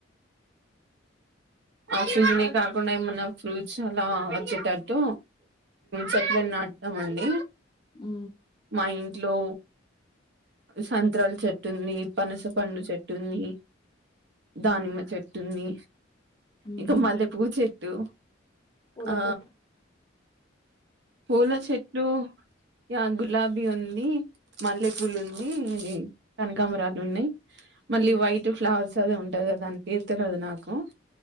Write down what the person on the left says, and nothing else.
ఉ
మ్మ్,
మ్మ్.
పూల
చెట్లు
మ్మ్,